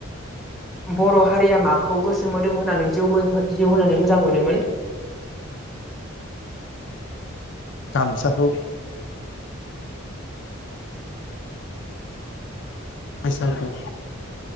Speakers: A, in the centre; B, on the left.
A: बर' हारिया माखौ गोसो मोदोम होनानै जिउ मो हो जिउ होनानै मोजां मोनोमोन?
B: <inaudible> गामसाखौ बैसागु